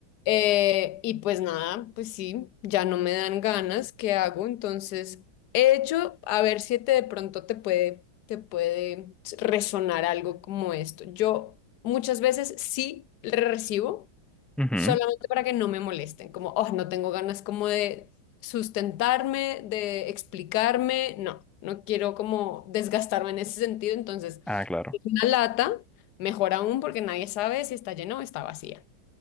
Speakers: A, on the left; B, in the centre.
A: Eh, y pues nada, pues sí, ya no me dan ganas, ¿qué hago? Entonces, he hecho, a ver si te, de pronto te puede, te puede resonar algo como esto. Yo muchas veces sí recibo
B: Ujú.
A: solamente para que no me molesten, como, oh, no tengo ganas como de sustentarme, de explicarme, no, no quiero como desgastarme en ese sentido, entonces
B: Ah, claro.
A: una lata, mejor aún porque nadie sabe si está llena o está vacía.